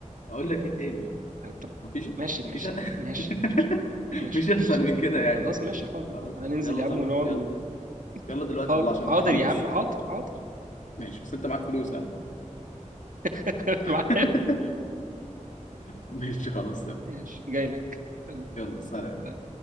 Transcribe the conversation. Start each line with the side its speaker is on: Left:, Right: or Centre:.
Left: اقول لك ايه تاني
Right: يعني طب
Left: مفيش
Right: ماشي ماشي
Left: مفيش <laughs>
Right: يا عم، ماشي ماشي
Left: مفيش احسن من كده يعني
Right: خلاص ماشي حاضر
Left: خلاص
Right: حاضر هننزل
Left: يلا
Right: يا
Left: طب
Right: عم ونقعد
Left: يلا
Right: و...
Left: يلا دلوقتي
Right: حاضر
Left: والله عشان
Right: حاضر
Left: متحمس
Right: يا عم حاضر حاضر
Left: ماشي بس انت معاك فلوس ها
Right: <laughs>
Left: <laughs>
Right: معايا.
Left: ماشي خلاص تمام
Right: ماشي جاي لك يلا
Left: يلا سلام
Right: سلام.